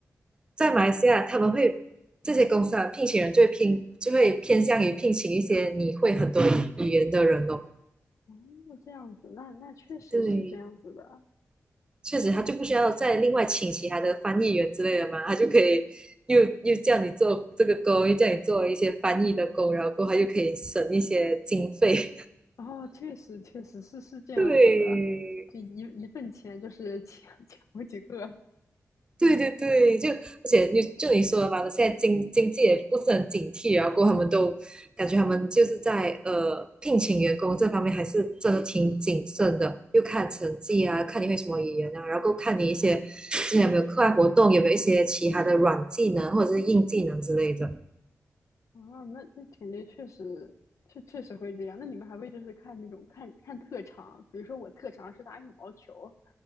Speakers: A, on the right; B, on the left.
A: 在马来西亚，他们会这些公司啊，聘请人就会偏就会偏向于聘请一些你会很多语言的人哦。
B: 哦，这样子，那那确实是这样子的。
A: 对，确实他就不需要再另外请其他的翻译员之类的嘛，他就可以又又叫你做这个工，又叫你做一些翻译的工，然后过后他就可以省一些经费。
B: 哦，确实确实是是这样子的，
A: <laughs> 对，
B: 就一一份钱就是抢 <laughs> 抢好几个。
A: 对对对，就而且你就你说的嘛，现在经经济也不是很警惕，然后过后他们都感觉他们就是在呃聘请员工这方面还是真的挺谨慎的，又看成绩啊，看你会什么语言啊，然后看你一些之前有没有课外活动，有没有一些其他的软技能或者是硬技能之类的。
B: 啊，那那感觉确实确确实会这样。那你们还会就是看那种看看特长，比如说我特长是打羽毛球。